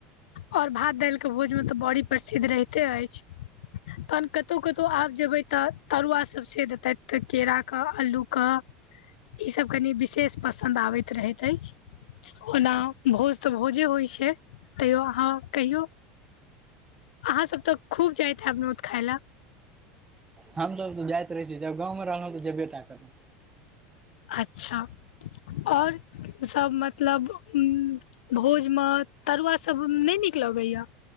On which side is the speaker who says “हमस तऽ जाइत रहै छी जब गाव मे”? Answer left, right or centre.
Right